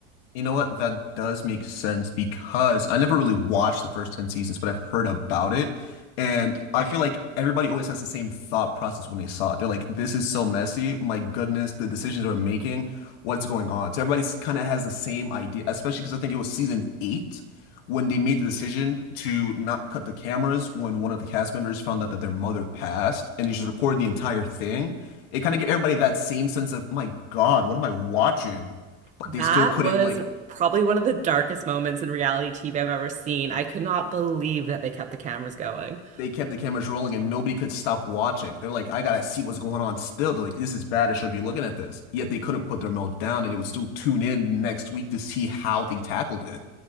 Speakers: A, on the left; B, on the right.
A: You know what? That does make sense because I never really watched the first 10 seasons, but I've heard about it. And I feel like everybody always has the same thought process when they saw it. They're like, this is so messy. My goodness, the decisions we're making, what's going on? So everybody's kind of has the same idea, especially because I think it was season eight when they made the decision to not cut the cameras when one of the cast members found out that their mother passed and they just recorded the entire thing. It kind of gave everybody that same sense of, my God, what am I watching? but
B: That
A: they still couldn't
B: was
A: like
B: probably one of the darkest moments in reality TV I've ever seen. I could not believe that they kept the cameras going.
A: they kept the cameras rolling and nobody could stop watching. They're like, I gotta see what's going on still. They're like, this is bad. I shouldn't be looking at this. Yet they couldn't put their mouth down and it would still tune in next week to see how they tackled it.